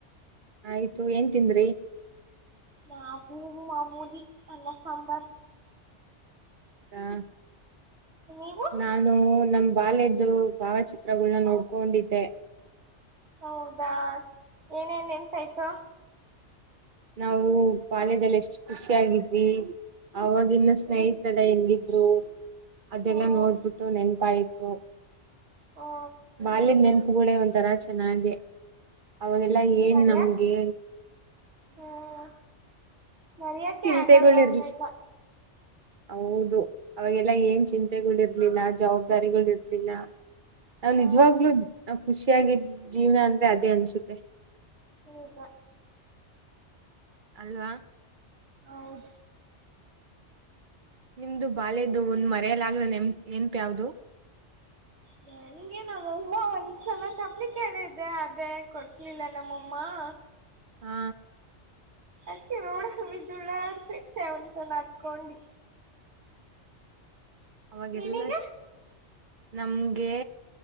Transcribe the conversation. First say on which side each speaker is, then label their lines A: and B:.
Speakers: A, on the right (about 50°); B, on the right (about 65°).
A: ಆಯ್ತು ಏನ್ ತಿಂದ್ರಿ
B: ನಾವು ಮಾಮೂಲಿ ಅನ್ನ ಸಾಂಬಾರ್
A: ಹಾ
B: ನೀವು
A: ನಾನು ನಮ ಬಾಲ್ಯದ್ದು ಭಾವಚಿತ್ರಗಳನ್ನ ನೋಡ್ಕೊಂಡಿದ್ದೆ
B: ಹೌದಾ ಏನೇನ್ ನೆಂಪಾಯ್ತು
A: ನಾವು ಬಾಲ್ಯದಲ್ಲಿ ಎಷ್ಟು ಖುಷಿ ಆಗಿದ್ವಿ ಅವಾಗಿನ್ನ ಸ್ನೇಹಿತಡ
B: ಹ್ಮ್
A: ಹೆಂಗಿದ್ರು ಅದೆಲ್ಲ
B: ಹ್ಮ್
A: ನೋಡ್ಬಿಟ್ಟು ನೆನಪಾಯ್ತು
B: ಹಾ
A: ಬಾಲ್ಯದ ನೆನ್ಪುಗೂ ಒಂಥರಾ ಚೆನ್ನಾಗಿದೆ ಅವಾಗೆಲ್ಲಾ ಏನ್
B: ಮರ್ಯಾಕ್
A: ನಮ್ಗೆ
B: ಹ್ಮ್ ಮರ್ಯಕೆ
A: ಚಿಂತೆಗಳಿರ್ಲಿ
B: ಆಗಲ್ಲ ಅವನೆಲ್ಲ
A: ಹೌದು ಅವಾಗೆಲ್ಲ ಏನ್ ಚಿಂತೆಗಳ ಇರ್ಲಿಲ್ಲ ಜವಾಬ್ದಾರಿಗಳ ಇರ್ಲಿಲ್ಲ ನಾವ್
B: ಹ್ಮ್
A: ನಿಜವಾಗ್ಲುೂ ನ ಖುಷಿಯಾಗಿದ ಜೀವನ ಅಂದ್ರೆ ಅದೇ ಅನ್ಸುತ್ತೆ
B: ಹೌದ
A: ಅಲ್ವಾ
B: ಹೌದು
A: ನಿಮ್ದು ಬಾದದು ಒಂದ್ ಮರೆಯಲ್ಲಗ್ದ ನೆನಪು ಯಾವ್ದದು
B: ನನ್ಗೆ ನಮ್ಮಮ್ಮ ಒಂದ್ಸಲ ಚಪ್ಲಿ ಕೇಳಿದ್ದೆ ಅದೇ ಕೊಡ್ಸಲಿಲ್ಲ ನಮ್ಮಮ್ಮ <inaudible>
A: ಹಾ
B: ಅದ್ಕ್ಕೆ ನೋಡ ದುಡಾ ಆಡ್ಸಿ ಇಟ್ಟೆ ಒಂದಸಲ ಹತ್ಕೊಂಡು
A: ಅವಾಗೆಲ್ಲ
B: ನಿನಗೆ
A: <inaudible> ನಮ್ಗೆ